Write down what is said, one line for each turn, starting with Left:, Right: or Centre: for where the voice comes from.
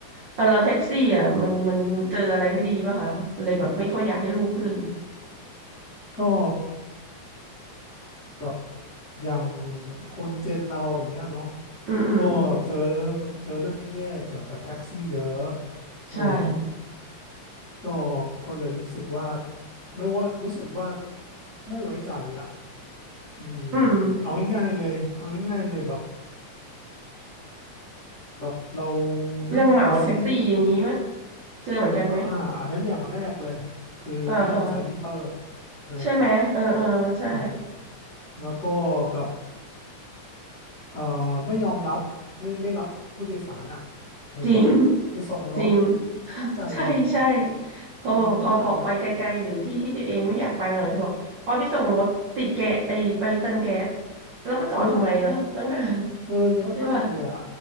Right: เออแล้วแท็กซี่อ่ะมันมันเจออะไรไม่ดีป่ะคะเลยแบบไม่ค่อยอยากให้ลูกขึ้น
Left: ก็ แบบอย่างคนเจนเราอย่างเงี้ยเนาะ
Right: อืมอืม
Left: ก็เจอเรื่องเจอเรื่องแย่ๆเกี่ยวกับแท็กซี่เยอะอ๋อ
Right: ใช่
Left: ก็ก็เลยรู้สึกว่าไม่ว่ารู้สึกว่าไม่ไว้ใจอ่ะอืม
Right: อืม
Left: เอาง่ายๆเลยเอาง่ายๆเลยแบบแบบเรา
Right: เรื่องเหมาแท็กซี่อย่างนี้ไหม
Left: นั่งแท็กซี่เนี่ย
Right: เจอเหมือนกันไหม
Left: อ่าอันนั้นอย่างแรกเลยคือไม่ยอมใช้มิเตอร์
Right: เออเออ
Left: เออ
Right: ใช่ไหมเออเออใช่
Left: ใช่แล้วก็แบบ เอ่อไม่ยอมรับไม่ไม่รับผู้โดยสารอ่ะเออแบบ
Right: จริง <laughs>
Left: ไปส่งรถ
Right: จริง <laughs>
Left: เข้าใจเลย
Right: ใช่ใช่พอบอกพอบอกไปไกลๆหรือที่ที่ตัวเองไม่อยากไปหน่อยจะบอกอ๋อไปส่งรถติดแกสไอไปเติมแก๊ส
Left: เจอมากเลยอะ
Right: แล้วมาจอดทำไมเนาะตั้งนาน
Left: เออเจอเยอะมากเลยอ่ะ
Right: ใช่ป่ะ